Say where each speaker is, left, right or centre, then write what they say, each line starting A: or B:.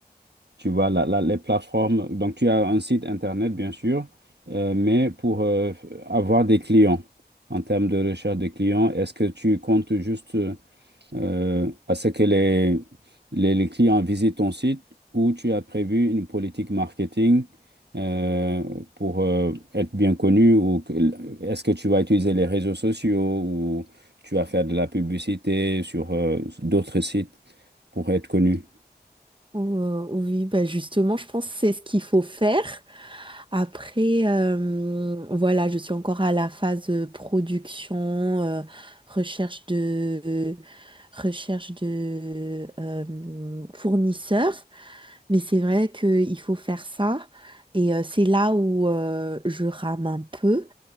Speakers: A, on the right; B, on the right.
A: Tu vois, la- la- les plateformes, donc tu as un site internet, bien sûr, euh, mais pour euh, avoir des clients, en termes de recherche de clients, est-ce que tu comptes juste euh, à ce que les, les, les clients visitent ton site ou tu as prévu une politique marketing euh, pour euh, être bien connu ou que- est-ce que tu vas utiliser les réseaux sociaux ou tu vas faire de la publicité sur euh, d'autres sites pour être connu?
B: Euh, oui, bah justement, je pense que c'est ce qu'il faut faire. Après, euh, voilà, je suis encore à la phase euh, production, euh, recherche de, recherche de euh, fournisseurs. Mais c'est vrai qu'il faut faire ça. Et euh, c'est là où euh, je rame un peu